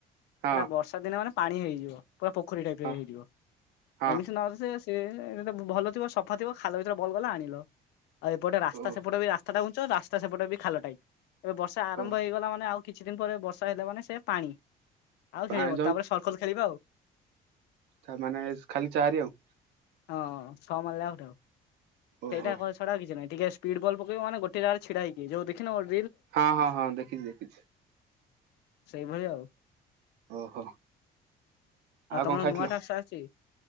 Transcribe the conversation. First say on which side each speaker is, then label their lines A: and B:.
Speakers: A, on the right (about 80°); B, on the left (about 85°).
A: ହଁ।
B: ଏଟା ବର୍ଷା ଦିନ ମାନେ ପାଣି ହେଇଯିବ। ପୁରା ପୋଖରୀ ଟାଇପର
A: ହଁ
B: ହେଇଥିବ
A: ହଁ
B: ଏମିତି ନ ହୋଉ ଯେ ସେସ୍ ସିଏ ଏଟା ବ ଭଲ ଥିବ ସଫା ଥିବ ଖାଲ ଭିତରେ ବଲ୍ ଗଲା ଆଣିଲ ଆଉ ଏପଟେ ରାସ୍ତା
A: ଓ
B: ସ୍ ସେପଟ ବି ରାସ୍ତାଟା ଘୁଞ୍ଚିବ ରାସ୍ତା ସେପଟେ ବି ଖାଲ ଟାଇପ୍ ଏବେ ବର୍ଷା ଆରମ୍ଭ
A: ଓ
B: ହେଇଗଲା ମାନେ ଆଉ କିଛି ଦିନ ପରେ ବର୍ଷା ହେଲା ମାନେ ସେ ପାଣି ଆଉ
A: ପାଣି
B: ଖେଳିହବନି ତାପରେ ସର୍କସ ଖେଳିବା ଆଉ।
A: ତାମାନେ ଖାଲି ଚାରି ଆଉ।
B: ହଁ ଛଅ ମାରଲେ ଆଉଟ ଆଉ
A: ଓହୋ।
B: ସେଇଟା କ ଛଡା ଆଉ କିଛି ନାଇଁ। ଟିକେ ସ୍ପିଡ ବଲ ପକେଇବ ମାନେ ଗୋଟିଏ ଜାଗାରେ ଛିଡା ହେଇକି ଯୋଉ ଦେଖିନ ୱା
A: ହଁ ହଁ ହଁ ଦେଖିଚି ଦେଖିଚି।
B: ସେଇଭଳିଆ ଆଉ।
A: ଓହୋ। ଆଉ
B: ଆଉ ତମର
A: କଣ ଖାଇଥିଲ
B: ନୂଆ ଟାସ୍କ ଆସିଛି